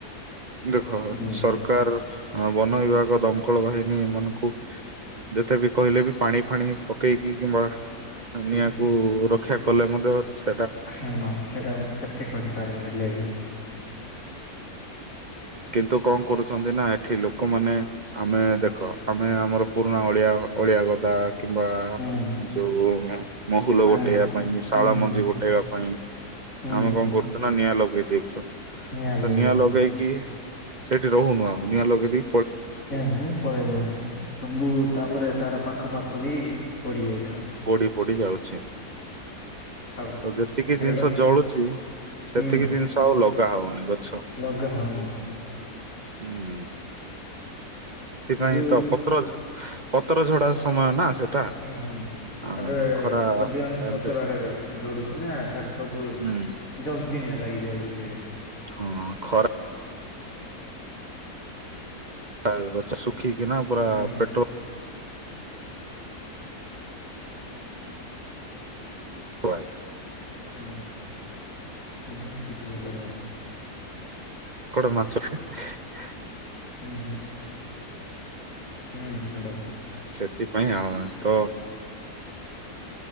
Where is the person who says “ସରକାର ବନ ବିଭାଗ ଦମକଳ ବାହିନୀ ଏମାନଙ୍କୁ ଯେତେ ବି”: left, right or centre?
Right